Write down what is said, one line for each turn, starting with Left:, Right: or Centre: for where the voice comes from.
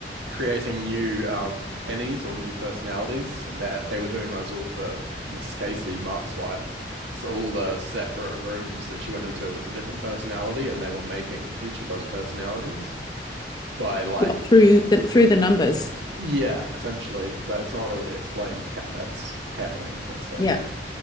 Right: creating new um Annies or new personalities, and that they were doing those all for Miss Casey, Mark's wife. So all the separate rooms that she went into was a different personality, and they were making each of those personalities by like
Left: What through the through the numbers,
Right: yeah, essentially, but it's not really explained how that's happening per se.
Left: yeah.